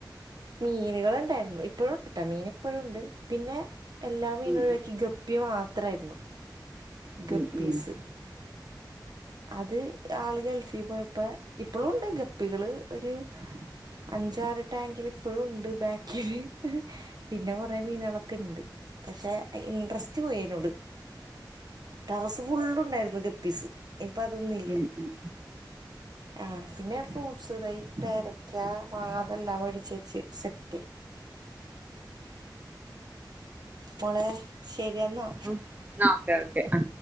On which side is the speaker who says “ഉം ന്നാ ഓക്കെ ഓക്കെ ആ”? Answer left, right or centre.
Right